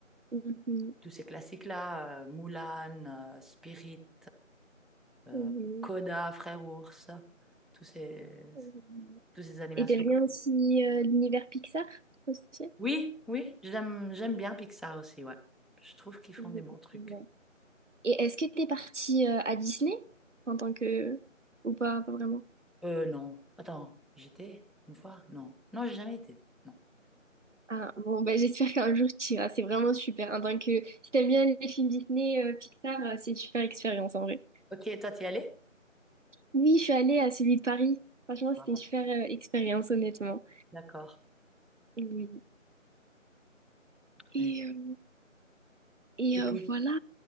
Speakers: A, on the right (about 65°); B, in the centre.
A: Mhm.
B: tous ces classiques-là. euh, Mulan, euh, Spirit, euh,
A: Oui,
B: Coda, Frère Ours, tous ces,
A: oui.
B: tous ces animations.
A: Et t'aimes bien aussi euh, l'univers Pixar aussi?
B: Oui, oui, j'aime j'aime bien Pixar aussi, ouais. Je trouve qu'ils font
A: Oui,
B: des
A: effectivement.
B: bons trucs.
A: Et est-ce que t'es partie euh, à Disney en tant que... ou pas, pas vraiment?
B: Euh, non. Attends, j'étais une fois? Non. Non, j'ai jamais été. Non.
A: Ah, bon, ben, j'espère qu'un jour tu iras, c'est vraiment super. En tant que... Si t'aimes bien les films Disney, euh, Pixar, euh, c'est une super expérience en vrai.
B: Ok, toi, t'y allais?
A: Oui, je suis allée à celui de Paris. Franchement,
B: Voilà.
A: c'était une super euh, expérience, honnêtement.
B: D'accord.
A: Oui. Et,
B: Et
A: euh, et
B: et
A: euh,
B: puis,
A: voilà.